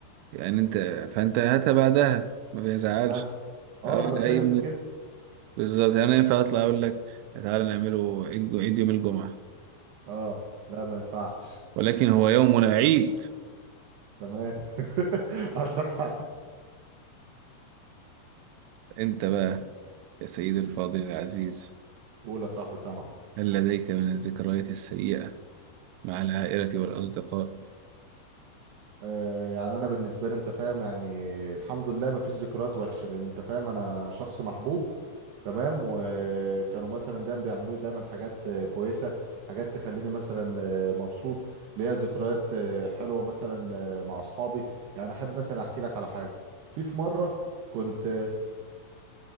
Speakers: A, on the right; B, on the right.
A: يعني أنت فأنت هاتها بعدها ما بيزعلش
B: مثلا اه
A: أي
B: انا بتكلم في كده
A: بالظبط يعني أنا ينفع اطلع اقول لك تعالى نعمله عيد عيد يوم الجمعة
B: اه لا ما ينفعش
A: ولكن هو يومنا عيد
B: تمام <laughs> عندك حق
A: انت بقى يا سيدي الفاضل العزيز
B: قول يا صاحبي سامع
A: هل لديك من الذكريات السيئة مع العائلة والأصدقاء
B: آه، يعني انا بالنسبه لي انت فاهم يعني الحمد لله ما فيش ذكريات وحشه لان انت فاهم انا شخص محبوب تمام وكانوا مثلا دايما بيعملوا لي دايما حاجات آه، كويسه حاجات تخليني مثلا آه، مبسوط ليا ذكريات آه، حلوه مثلا آه، مع اصحابي يعني احب مثلا احكي لك على حاجه في في مره كنت